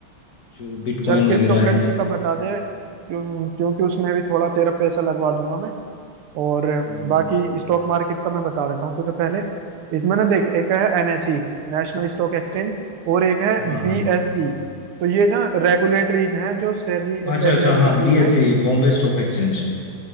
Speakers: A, on the left (about 50°); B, on the right (about 80°).
A: जो बिटकॉइन
B: चल
A: वगैरह
B: क्रिप्टो करेंसी
A: है
B: का बता दे क्यों क्योंकि उसमें भी थोड़ा तेरा पैसा लगवा दूंगा मैं और
A: हम्म,
B: बाकी स्टॉक मार्केट का मैं बता देता हूँ तुझे पहले इसमें ना देख एक है एनएसई नेशनल स्टॉक एक्सचेंज और एक है
A: हाँ
B: बीएसई
A: हाँ हाँ।
B: तो ये जो रेगुलेटरीज हैं जो सेबी
A: अच्छा
B: सेबी
A: अच्छा
B: रेगुलेटरीज
A: हाँ बीएसई
B: हैं
A: बॉम्बे स्टॉक एक्सचेंज